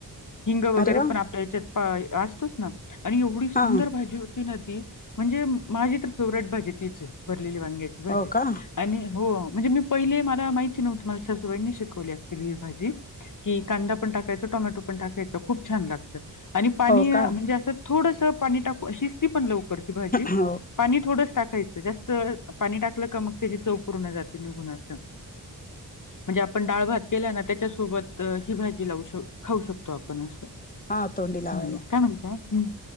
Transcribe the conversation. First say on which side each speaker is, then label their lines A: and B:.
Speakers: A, on the left; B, on the left.
A: हिंग वगैरे
B: अरे वा
A: पण आपल्या हच्यात असतोच ना आणि एवढी सुंदर
B: हा
A: भाजी होती ना ती म्हणजे माझी तर फेवरेट भाजी तीच आहे भरलेली वांग्याची भाजी
B: हो का
A: आणि हो म्हणजे मी पहिले मला माहिती नव्हती मला सासूबाईंनी शिकवली अक्चुअली ही भाजी की कांदा पण टाकायचं टोमॅटो पण टाकायचं खूप छान लागतं आणि पाणी
B: हो
A: म्हणजे
B: का
A: असं थोडस पाणी टाकू, शिजती पण लवकर ती भाजी
B: हो
A: पाणी थोडंस टाकायचं जास्त पाणी टाकलं का मग त्याची चव पूर्ण जाते निघून असं म्हणजे आपण डाळ भात केला ना त्याच्यासोबत ही भाजी लावू शक खाऊ शकतो आपण असं
B: हा तोंडी लावायला
A: हम्म.. काय म्हणताय?